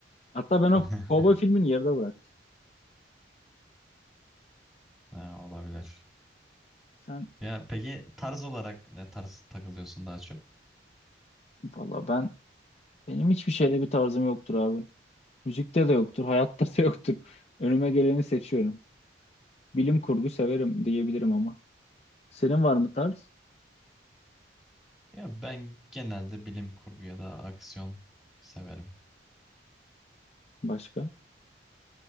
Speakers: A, on the left; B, in the centre.
A: Hatta ben o
B: <laughs>
A: Cowboy filmini yarıda bıraktım.
B: Ha, olabilir.
A: Sen
B: Ya peki tarz olarak ne tarz takılıyorsun daha çok?
A: valla ben benim hiçbir şeyle bir tarzım yoktur abi. Müzikte de yoktur, hayatta da yoktur. Önüme geleni seçiyorum. Bilim kurgu severim diyebilirim ama. Senin var mı tarz?
B: Ya ben genelde bilim kurgu ya da aksiyon severim.
A: Başka?